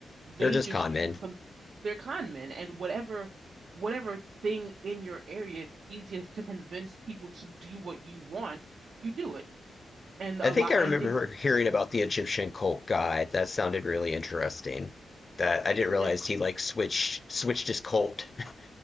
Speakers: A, on the right; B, on the left.
A: They
B: just
A: just
B: con
A: use
B: men.
A: some they're con men and whatever whatever thing in your area it's easiest to convince people to do what you want, you do it. And
B: I
A: a
B: think
A: lot
B: I remember
A: and if
B: hearing about the Egyptian cult guy. That sounded really interesting. That I didn't realize
A: like
B: he like switched switched his cult. <laughs>